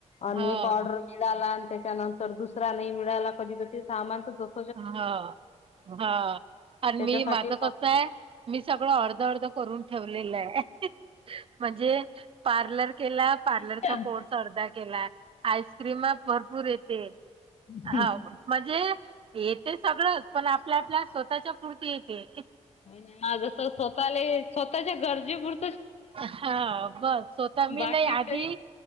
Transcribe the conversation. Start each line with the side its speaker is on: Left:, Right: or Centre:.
Right: हां,
Left: आणि एक ऑर्डर- - मिळाला आणि त्याच्यानंतर दुसरा नई मिळाला कधी... तर ते सामान तसंच
Right: हा... हा... आन
Left: त्याच्यासाठी
Right: मी... माझं
Left: मग
Right: कसं ए. मी सगळं अर्ध अर्ध करून ठेवलेलं ए... हूहू... म्हणजे पार्लर केला... पार्लरचा
Left: शिक्षण
Right: कोर्स अर्धा केला. आईस्क्रीमं भरपूर येते. हां,
Left: हूं.
Right: म्हणजे.. येते सगळंच... पण आपल्या आपल्या स्वतःच्या पुर्ती येते.
Left: नाय नाय... हा जसं स्वतःले... स्वतःच्या गरजेपुर-
Right: हा बस, स्वतः मी
Left: बाकी
Right: नाही
Left: काही
Right: आधी